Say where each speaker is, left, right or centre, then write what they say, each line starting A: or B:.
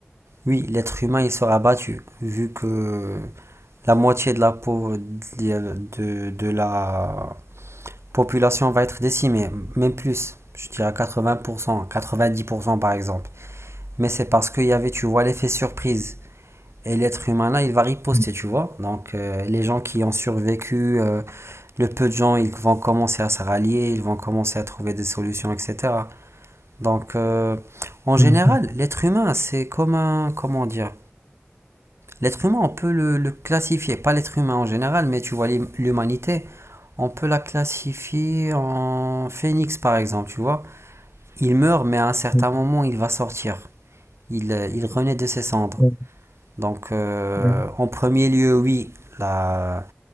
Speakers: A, on the right (about 85°); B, on the left (about 45°).
A: oui, l'être humain, il sera battu, vu que la moitié de la peau de, de de la population va être décimée, même plus, je dirais 80%, 90% par exemple. Mais c'est parce qu'il y avait, tu vois, l'effet surprise. Et l'être humain là, il va riposter,
B: <laughs>
A: tu vois. Donc euh, les gens qui ont survécu, euh, le peu de gens, ils vont commencer à se rallier, ils vont commencer à trouver des solutions, etc. Donc euh, en général,
B: Mhm,
A: l'être humain, c'est comme un, comment dire, l'être humain, on peut le, le classifier, pas l'être humain en général, mais tu vois, l'humanité, on peut la classifier en phénix par exemple, tu vois. Il meurt, mais à un certain
B: mhm,
A: moment, il va sortir. Il, euh, il renaît de ses cendres.
B: mhm,
A: Donc, euh,
B: mhm.
A: en premier lieu, oui, la,